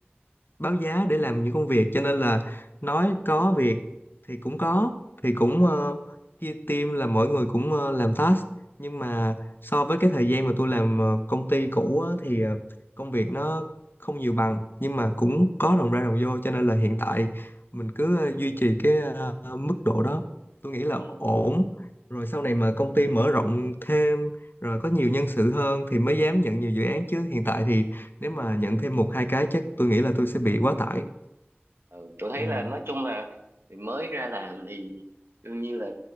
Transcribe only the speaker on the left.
báo giá để làm những công việc cho nên là nói có việc thì cũng có thì cũng ờ, chia team là mỗi người cũng ờ, làm task nhưng mà so với cái thời gian mà tôi làm ờ, công ty cũ á, thì ờ, công việc nó không nhiều bằng nhưng mà cũng có đồng ra đồng vô cho nên là hiện tại mình cứ ờ, duy trì cái ờ, mức độ đó tôi nghĩ là
ổn rồi sau này mà công ty mở rộng thêm rồi có nhiều nhân sự hơn thì mới dám nhận nhiều dự án chứ hiện tại thì nếu mà nhận thêm một hai cái chắc tôi nghĩ là tôi sẽ bị quá tải
ừ,